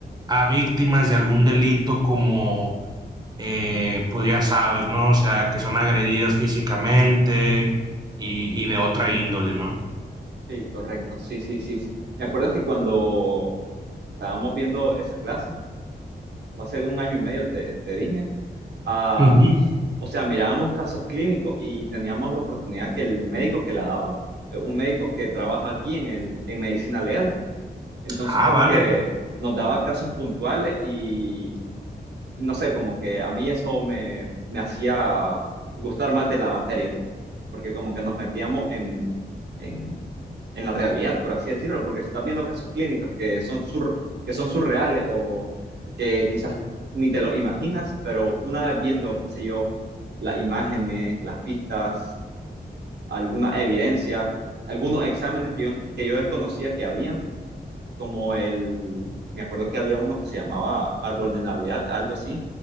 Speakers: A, on the right; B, on the right.
A: a víctimas de algún delito como, eh, pues ya sabes, ¿no? O sea, que son agredidas físicamente y, y de otra índole, ¿no?
B: Sí, correcto. Sí, sí, sí, sí. Me acuerdo que cuando estábamos viendo esa clase, o hace un año y medio te, te dije, ah,
A: Ujú.
B: o sea, mirábamos casos clínicos y teníamos la oportunidad que el médico que la daba, eh, un médico que trabaja aquí en el, en medicina legal. Entonces,
A: Ah,
B: como
A: vale.
B: que nos daba casos puntuales y, y no sé, como que a mí eso me, me hacía gustar más de la materia, porque como que nos metíamos en, en, en la realidad, por así decirlo, porque si estás viendo casos clínicos que son, sur, que son surreales o que quizás ni te lo imaginas, pero una vez viendo, qué sé yo, las imágenes, las pistas, alguna evidencia, algunos exámenes que yo, que yo desconocía que había como el, me acuerdo que había uno que se llamaba Árbol de Navidad, algo así,